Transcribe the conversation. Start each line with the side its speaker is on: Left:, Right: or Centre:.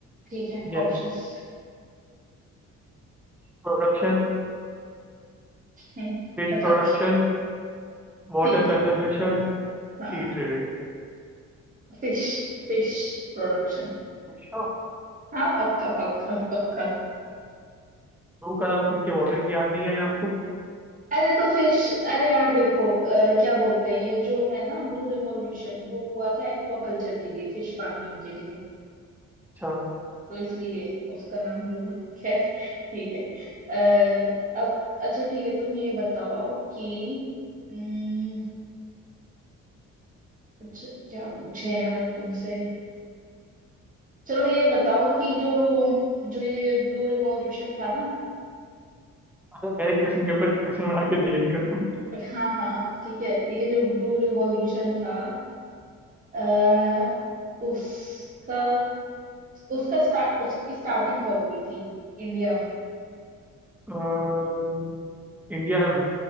Right: ठीक है
Centre: Yes
Right: ऑप्शंस
Centre: Production
Right: है
Centre: fish
Right: कसब
Centre: production water
Right: ठीक
Centre: conservation
Right: हाँ
Centre: sea trade
Right: फिश Fish production
Centre: अच्छा
Right: हाँ पक्का पक्का पक्का
Centre: जू का नाम सुन के वाटर की याद नहीं आई आपको
Right: अरे तो फिश अरे यार देखो अ, क्या बोलते हैं ये जो है ना ब्लू रिवॉल्यूशन वो हुआ था एक्वाकल्चर के लिए फिश फार्मिंग के लिए
Centre: अच्छा
Right: तो इसलिए उसका नाम ब्लू खैर ठीक है अ, अब अच्छा ठीक है तुम ये बताओ कि अम्म, अच्छा क्या पूछे यार तुमसे चलो ये बताओ कि जो जो ये ब्लू रिवॉल्यूशन था ना
Centre: अच्छा, मेरे क्वेश्चन के ऊपर क्वेश्चन बना के दे रही हो तुम
Right: हाँ हाँ हाँ, ठीक है ये जो ब्लू रिवॉल्यूशन था आ, उसका उसका स्टार्ट उसकी स्टार्टिंग कब हुई थी इंडिया में
Centre: अम, इंडिया में